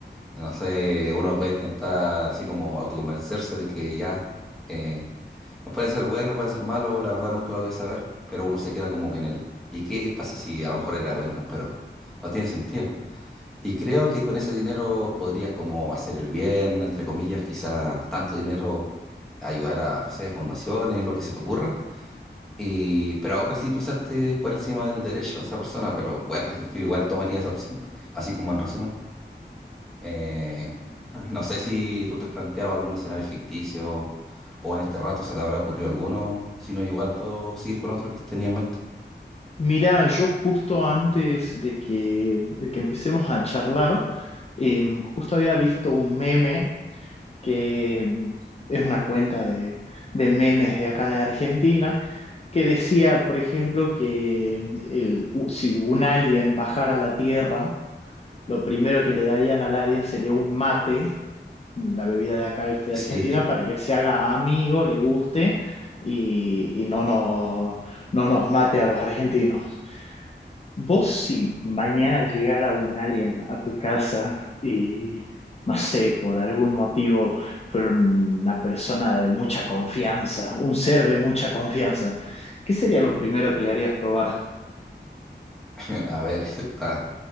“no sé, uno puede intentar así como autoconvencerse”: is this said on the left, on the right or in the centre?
Centre